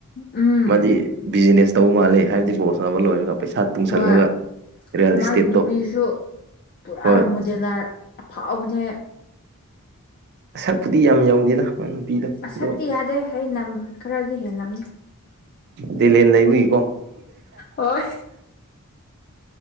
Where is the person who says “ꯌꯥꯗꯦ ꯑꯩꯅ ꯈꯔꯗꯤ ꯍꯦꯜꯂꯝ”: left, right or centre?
Left